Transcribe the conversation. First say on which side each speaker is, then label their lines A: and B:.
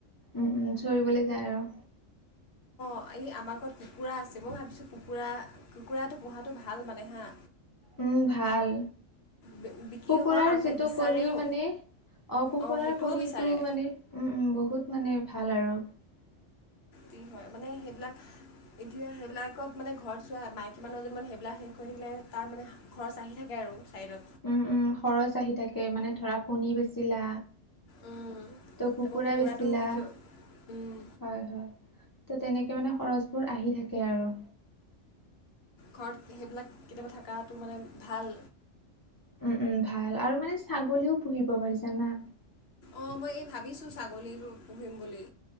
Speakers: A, on the left; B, on the left.
A: উ চৰিবলৈ যায় আৰু।
B: অঁ এই আমাৰ ঘৰত কুকুৰা আছে মই ভাবিছোঁ কুকুৰা কুকুৰাটো পোহাটো ভাল মানে হাঁ।
A: উম ভাল
B: বি- বিক্ৰী
A: কুকুৰাৰ
B: হয় মানুহে
A: যিটো
B: বিচাৰেও
A: কণী মানে। অ কুকুৰাৰ
B: অঁ সেইটোও
A: কণীটো
B: বিচাৰে
A: মানে উম উম বহুত মানে ভাল আৰু। <unintelligible>
B: কি হয় মানে সেইবিলাক। এতিয়া সেইবিলাকত মানে ঘৰত চোৱা মাইকী মানুহ এজন মান সেইবিলাক শেষ কৰি থাকিলে তাৰ মানে খৰচ আহি থাকে আৰু। চাইডত।
A: উম উম খৰচ আহি থাকে মানে ধৰা কণী বেচিলা।
B: উম,
A: তো কুকুৰা
B: আকৌ কুকুৰাটো
A: বেচিলা।
B: বিকি
A: হয়
B: উম,
A: হয় ত' তেনেকে মানে খৰচবোৰ আহি থাকে আৰু।
B: ঘৰত সেইবিলাক কেতিয়াবা থকাটো মানে ভাল।
A: উম উম ভাল আৰু মানে ছাগলীও পুহিব পাৰি জানা।
B: অ মই এই ভাবিছোঁ ছাগলীৰ পুহিম বুলি।